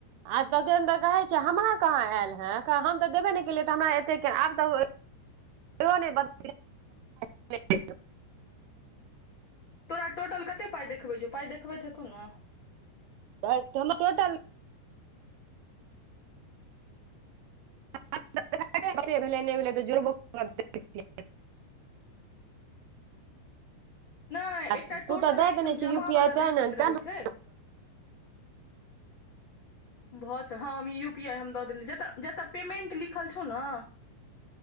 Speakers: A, on the right; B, on the left.
A: आ तखन तऽ कहै छै हमरा कहाँ आयल हें हम तऽ देबे ने केलियै तऽ हमरा एते के आब तऽ उहो नै बद ठीक <unintelligible>
B: तोरा टोटल कते पाइ देखबै छौ पाइ देखबैत हेतौ नऽ
A: <unintelligible> <unintelligible> भेलै नहि भेलै तऽ जोर <unintelligible>
B: नहि
A: आ तू
B: एकटा टोटल
A: तऽ दऽ
B: एकठाम
A: देने छी
B: जमावला
A: यू पी आई तें
B: देखबैत
A: ने तें
B: रहै छै <inaudible> भऽ छै हँ हम ई यू पी आइ हम दऽ देलौ जतऽ जतऽ पेमेंट लिखल छौ न